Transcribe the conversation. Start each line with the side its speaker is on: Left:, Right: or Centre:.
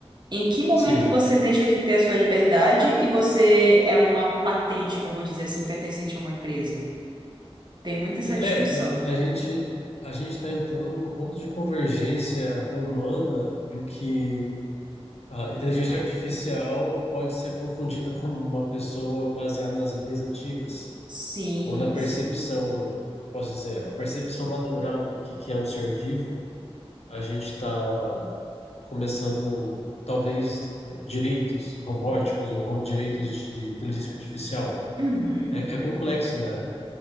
Right: em que momento
Left: Sim,
Right: você deixa de ter a sua liberdade e você é uma patente, vamos dizer assim, pertencente a uma empresa? Tem muito essa discussão.
Left: É, é, a gente a gente está entrando num ponto de convergência humana em que a inteligência artificial pode ser confundida com uma pessoa baseada nas leis antigas
Right: Sim,
Left: ou na percepção,
Right: sim.
Left: posso dizer, a percepção natural do que que é um ser vivo. A gente está começando talvez direitos robóticos ou ro- direitos de de inteligência artificial.
Right: Uhum.
Left: É, é complexo, né?